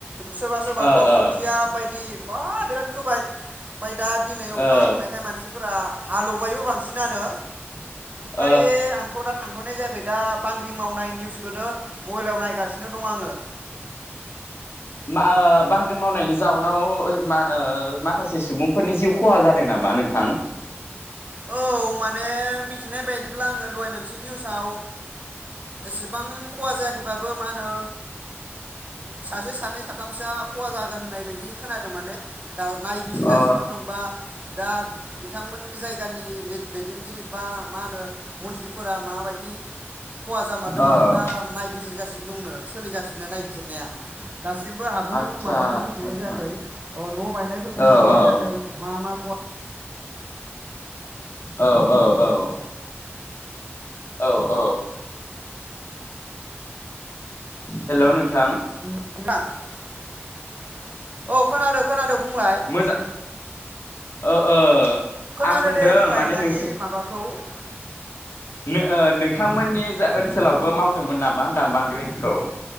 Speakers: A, on the right; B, on the left.
A: सोरबा सोरबाथ'
B: ओ ओ
A: खोथिया बायदि बा बिराद खोबाय ओमफाय दा दिन हाथ
B: ओ
A: नायखाय मानसि फोरा हालेवबायबो बांसिनानो
B: ओ
A: फाय आंथ दा थांथनाय जाया दा बांग्रि मावनाय निउसखौनो मबाइलाव नायगासिनो दं आङो।
B: बा ओ बांग्रि मावनायनि जाउनाव मा ओ माखासे सुबुंफोरनि जिउ खहा जादों नामा नोंथां
A: औ माने मिथिनाय बायदिब्ला आङो दहाय मोनसे निउसाव एसेबां खहा जायाखैबाबो मा होनो सासे सानै साथामसोआ खहा जागोन होननाय बायदि खोनादों माने दा नायबिजिर गासिनो
B: अ
A: दं बा दा नोंथांमोननि जाय गानि लेद दैदेनगिरि बा मा होनो मन्थ्रिफोरा माबायदि। खहा जामादो
B: ओ
A: बेखौ दा नायबिजिर सोलिनो दंनो सोलिगा नायबिजिरनाया दासिमबो आबुं
B: आतसा
A: माबाखौ
B: आतसा
A: मिथिनाय
B: आतसा
A: जायाखै ओ न' बायनायफोरखौ
B: औ
A: मिथिनाय
B: औ
A: जादों मा मा खहा
B: औ औ औ औ औ <inaudible> हेल' नोंथां
A: <unintelligible> औ खोनादों। खोनादों। बुंलाय
B: मोजा ओ ओ
A: खोनादो
B: आं होनदों
A: दे बुंलाय
B: माने
A: नोंहानि
B: नों
A: माबाखौ
B: नो ओ नोंथांमोननि जा ओनसोलावबो मावदोंमोन नामा होनदां बांग्रिंखौ।